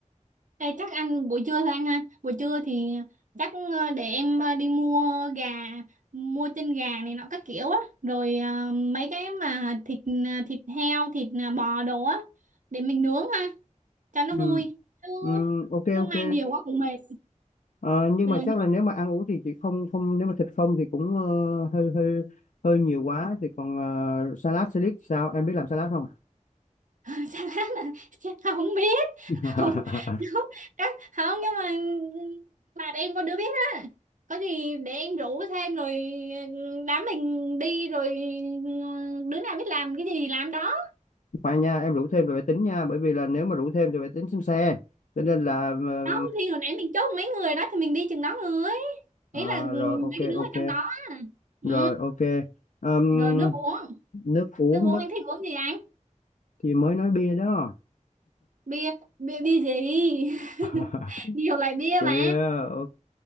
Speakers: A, on the right; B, on the left.
A: Ê, chắc ăn buổi trưa thôi anh ha. Buổi trưa thì chắc ờ, để em ờ, đi mua gà, mua chân gà này nọ các kiểu á, rồi ờ, mấy cái mà thịt ờ, thịt heo, thịt ờ, bò đồ á để mình nướng ha, cho nó
B: ừ,
A: vui. Chứ
B: ừ, ok
A: chứ
B: ok
A: mang nhiều quá cũng mệt.
B: Ờ, nhưng
A: Rồi
B: mà chắc là nếu mà ăn uống thì chị không không nếu mà thịt không thì cũng ờ, hơi hơi hơi nhiều quá thì còn ờ, salad salad sao em biết làm salad không
A: <laughs> salad là chắc không biết.
B: <laughs>
A: <laughs> không không đó, không nhưng mà bạn em có đứa biết á có gì để em rủ thêm rồi ừ, đám mình đi rồi ừ, đứa nào biết làm cái gì thì làm đó
B: khoan nha em rủ thêm rồi phải tính nha bởi vì là nếu mà rủ thêm thì phải tính xem xe cho nên là ờ,
A: không thì hồi nãy mình chốt mấy người đó thì mình đi chừng đó người ý
B: ờ,
A: là ừ,
B: rồi
A: mấy
B: ok
A: cái đứa
B: ok
A: ở trong đó ừ
B: rồi ok Ờm,
A: rồi nước uống
B: nước uống
A: nước uống
B: nước
A: anh thích uống gì anh
B: thì mới nói bia đó
A: bia bia bia gì <laughs>
B: <laughs>
A: nhiều loại bia
B: Bia,
A: mà
B: ok.